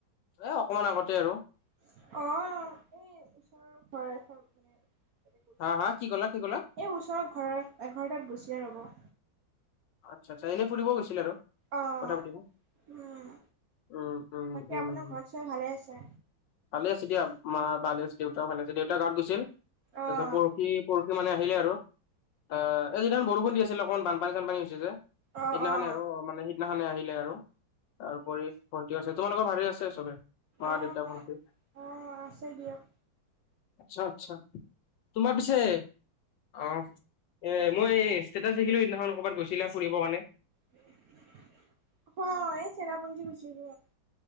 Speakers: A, on the left; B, on the right.
A: এ অকমান আগতে আৰু।
B: অ', এই ওচৰৰ ঘৰ এখন <unintelligible>
A: হা-হা, কি ক'লা- কি ক'লা।
B: এই ওচৰৰ ঘৰৰ এঘৰটাত গৈছিলে ৰ'ব।
A: আচ্ছা- আচ্ছা এনে ফুৰিব গৈছিল আৰু।
B: অ'
A: <unintelligible>
B: উম।
A: উম, উম,
B: বাকী
A: উম।
B: আপোনাৰ ঘৰত চবে ভালে আছে?
A: ভালে আছে দিয়া, মা ভালে আছে দেউতাও ভালে আছে, দেউতা গাওঁত গৈছিল
B: অ'
A: তাৰ পিছত পৰসি পৰ মানে আহিলে আৰু অ এ তেতিয়া বৰষুণ দি আছিলে অকনমান বানপানী চানপানী হৈছে যে।
B: অ'
A: সেইদিনাখনে
B: অ'
A: আৰু মানে সেই সিদিনাখনে আহিলে আৰু তাৰপৰি ভণ্টিও আছে, তোমালোকৰ ভালে আছে চবে। মা,
B: অ'
A: দেউতা, ভণ্টি।
B: অ', আছে দিয়ক।
A: আচ্ছা- আচ্ছা, তোমাৰ পিছে অ', এ মই এই ষ্টেটাছ দেখিলো সিদিনাখন ক'ৰবাত গৈছিলা ফুৰিব কাৰণে।
B: অ', এই চেৰাপুঞ্জী গৈছিলো।